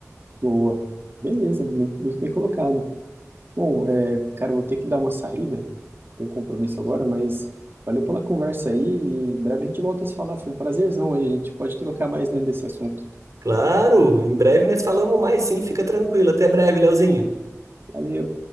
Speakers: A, on the right (about 45°); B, on the right (about 80°).
A: boa. Beleza, muito, muito bem colocado. Bom, é, cara, eu vou ter que dar uma saída. Tenho um compromisso agora, mas valeu pela conversa aí. E em breve a gente volta a se falar. Foi um prazerzão aí. A gente pode trocar mais dentro desse assunto.
B: Claro, em breve nós falamos mais, sim, fica tranquilo. Até breve, Leozinho.
A: Valeu.